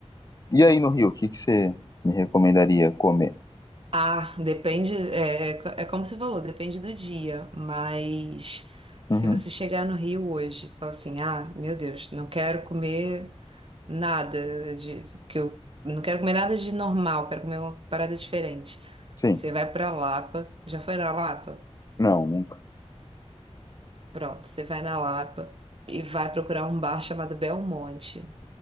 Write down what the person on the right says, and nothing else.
Ah, depende, é, é co- é como você falou, depende do dia, mas se
você chegar no Rio hoje e falar assim, ah, meu Deus, não quero comer Nada de que eu não quero comer nada de normal, quero comer uma parada diferente.
Você vai pra Lapa, já foi na Lapa?
Pronto, você vai na Lapa e vai procurar um bar chamado Belmonte.